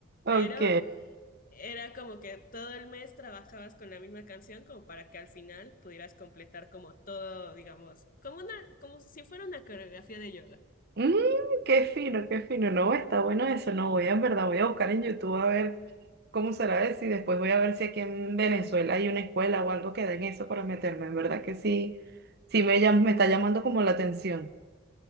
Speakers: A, on the right; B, on the left.
A: Ok.
B: Pero era como que todo el mes trabajabas con la misma canción como para que al final pudieras completar como todo, digamos, como una, como si fuera una coreografía de yoga.
A: Mm, qué fino, qué fino. No, está bueno eso. No, voy a, en verdad, voy a buscar en YouTube a ver cómo será eso y después voy a ver si aquí en Venezuela hay una escuela o algo que den eso para meterme. En verdad que sí, sí me, llam- me está llamando como la atención.